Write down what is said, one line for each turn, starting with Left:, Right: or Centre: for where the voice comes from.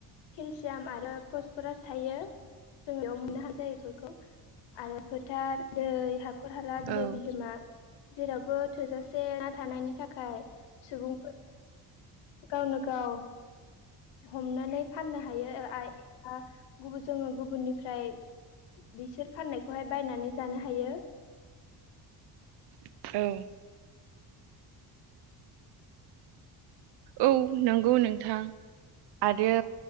Left: केलसियाम आरो फसफरास थायो जोंनियाव मोननो हान जायो बेफोरखौ आरो फोथार दै हा नखर हाला बिलो
Right: औ
Left: बिलोमा जेरावबो थोजासे ना थानायनि थाखाय सुबुं गावनो गाव हमनानै फाननो हायो ओ आय गुबुन जोङो गुबुननिफ्राय बिसोर फाननायखौहाय बायनानै जानो हायो <inaudible>
Right: औ औ नंगौ नोंथां आरो